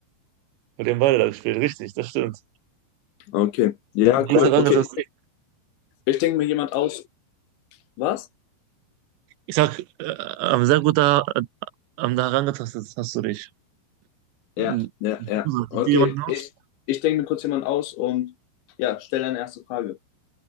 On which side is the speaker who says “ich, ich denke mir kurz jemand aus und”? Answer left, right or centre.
Left